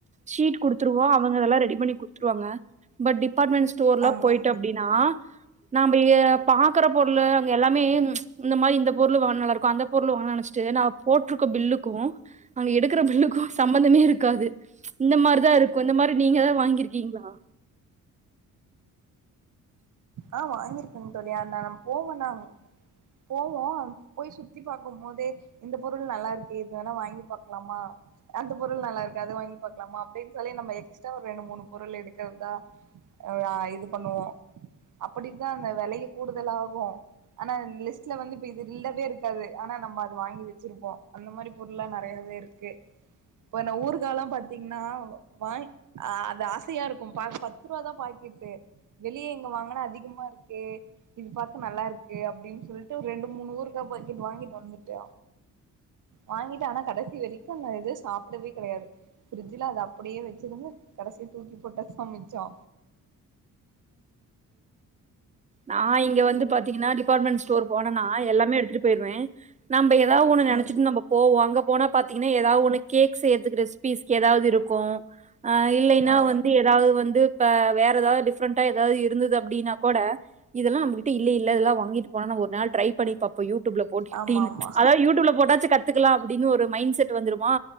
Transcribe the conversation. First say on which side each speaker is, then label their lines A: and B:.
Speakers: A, on the right; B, on the right.
A: ஷீட் குடுத்துருவோ அவங்க அதெல்லா ரெடி பண்ணி குடுத்துருவாங்க பட் டிபார்ட்மெண்ட் ஸ்டோர்ல
B: ஆமா
A: போய்ட்டு
B: ஆமா
A: அப்டின்னு நா நாம பாக்குற பொருளு அங்க எல்லாமே இந்த மாரி இந்த இந்த பொருள் வாங்குனா நல்லா இருக்கு அந்த பொருள் வாங்க நெனைச்சிட்டு நா போட்டுருக்க பில்லுக்கு அங்க எடுக்குற பில்லுக்கும் சம்பந்தமே இருக்காது இந்த மாறி தா இருக்கு இந்த மாறி நீங்க எதா வாங்கிருக்கீங்களா
B: ஆ வாங்கிருக்கங்க தோழி ஆ நான் போவன்னா போவோ போய் சுத்தி பாக்கும் போதே இந்த பொருள் நல்லா இருக்கே இது வேணா வாங்கி பாக்கலாமா அந்த பொருள் நல்லா இருக்கு அது வாங்கி பாக்கலாமா அப்டின்னு சொல்லி நம்ம எக்ஸ்ட்ரா ஒரு ரெண்டு மூணு பொருள் எடுக்கிறதா அ இது பண்ணுவோ அப்படித்தா அந்த வெலையை ல்லியூ கூடுதல் ஆகு ஆனா லிஸ்ட்ல வந்து இப்ப இது இல்லவே இருக்காது ஆனா நம்ம அது வாங்கி வச்சிருப்போ அந்த மாதிரி பொருள்ல்லாம் நெறையாவே இருக் க்கு இப்பநாஊருகால்லாம் பாத்தீங்கன்னா வாங்க் அ அது ஆசையா இருக்கு பா பத்து ரூபா தான் பாக்கெட்டு வெளியே எங்க வாங்குனா அதிகமா இருக்கே இது பாக்க நல்லா இருக்கு அப்டின்னு சொல்லிட்டு ஒரு ரெண்டு மூணு ஊறுகா பக்கெட் வாங்கிட்டு வந்துட்டோ வாங்கிட்டு ஆனா கடைசி வரைக்கு அந்த இது சாப்பிடவே கெடையாது பிரிட்ஜில அது அப்டியே வச்சிருந்து கடைசி தூக்கி போட்டதா மிச்சோ
A: நா இங்க வந்து பாத்தீங்கன்னா டிபார்ட்மெண்ட் ஸ் சோர் போனனா எல்லாமே எடுத்துட்டு போயிருவேன் நம்ம ஏதாவது ஒன்னு நெனைச்சிட்டு
B: ம்
A: நம்போ போவோ அங்க போனா பாத்தீங்கன்னா ஏதாவ்து ஒண்ணு கேக் செய்யறதுக்கு ரெசிபிஸ்க்கு ஏதாவ்து இருக்கும் ஆ இல்லைன்னா
B: ஆ
A: வந்து ஏதாவது வந்து இப்ப வேற ஏதாவ்து டிஃப்ரெண் டா ஏதாவ்து இருந்தது அப்டின்னா கூட இதெல்லாம் நம்மகிட்ட இல்ல இல்ல இதெல்லா வாங்கிட்டு போன நாம ஒரு நாள் ட்ரை பண்ணி பாப்போம் யூடுயூப்ல போட்டு அப்டினு
B: ஆமா ஆமா
A: அதாது யூடுப்யூல போட்டாச்சி கத் துகலாம் அப்டின்னு ஒரு மைன்செட் வந்துருமா